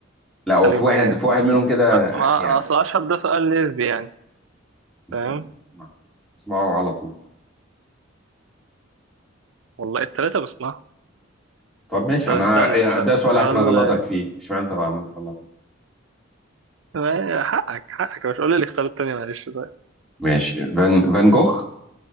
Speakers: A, in the centre; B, on the right.
A: لا هو
B: التلاتة
A: في
B: ليهم
A: واحد
B: حاجات
A: في واحد منهم كده
B: ف- ما
A: يعني
B: أصل أشهر ده سؤال نسبي يعني
A: اسمع
B: فاهم
A: اسمعه على طول
B: والله التلاتة بسمعهم
A: طب ماشي
B: طب
A: انا
B: استنى
A: يعني
B: استنى
A: ده سؤال
B: هقول
A: عشان اغلطك فيه مش معنى انت عملت غلطني
B: ما- حقك حقك مش قول لي الاختيار التاني معلش طيب
A: ماشي فان فان جوخ